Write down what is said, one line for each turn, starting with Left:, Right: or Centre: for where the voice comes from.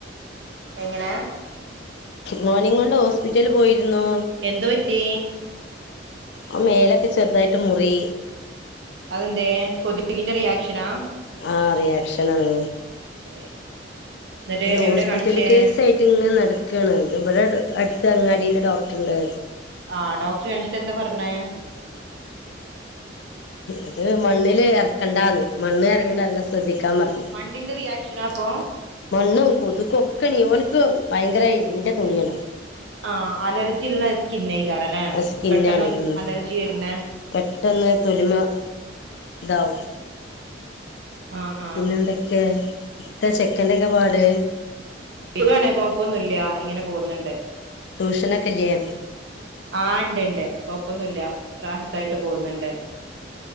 Right: എങ്ങനെ?
Left: മോനിം കൊണ്ട് ഹോസ്പിറ്റല് പോയിരുന്നു.
Right: എന്തു പറ്റി?
Left: ഒ മേലൊക്കെ ചെറുതായിട്ട് മുറി.
Right: അതന്തെ, കൊതുകിന്റെ റിയാക്ഷനാ?
Left: ആഹ് റിയാക്ഷനാണ്.
Right: ഏഹ് എന്നിട്ട്
Left: ങ്ങനെ ഹോസ്പിറ്റല്
Right: എവിടെ കാണിച്ചേ
Left: കേസ ആയിട്ട് ഇങ്ങനെ നടക്കാണ് ഇത് ഇവിടെ അട് അടുത്ത് അങ്ങാടിയില് ഡോക്ടർണ്ട്.
Right: ആഹ് ഡോക്ടർ കണിച്ചിട്ട് എന്താ പർഞ്ഞെ?
Left: അത് മണ്ണില് എറക്കണ്ടാന്ന് മണ്ണ് എറങ്ണത് നല്ലം ശ്രദ്ധികാൻ പറഞ്
Right: മണ്ണിന്റെ റിയാക്ഷനാ അപ്പോ?
Left: മണ്ണും കൊതുകും ഒക്കെ നീ ഓന്ക് ഭയങ്കര ഇന്റെ തൊലിയാണ്.
Right: ആഹ് അലർജിള്ള സ്കിന്നെയികാരല്ലെ
Left: ആ സ്കിന്നാണ്
Right: പെട്ടന്ന്
Left: ഉം
Right: അലർജി വര്നെ.
Left: പെട്ടെന്ന് തൊലിമെ ഇതാവും.
Right: ആഹ് ആഹ്
Left: പിന്നെ എന്തൊക്കെ ഇത്ത ചെക്കന്റെക്കെ പാട്?
Right: <unintelligible> ണെ കൊഴപ്പൊന്നുല്ല ഇങ്ങനെ പോകുന്നുണ്ട്.
Left: ട്യൂഷനൊക്കെ ഇല്ലേ?
Right: ആഹ് ഇണ്ട്ണ്ട് കൊഒപ്പൊന്നുല്ല റാഹത്തായിട്ട് പോകുന്നുണ്ട്.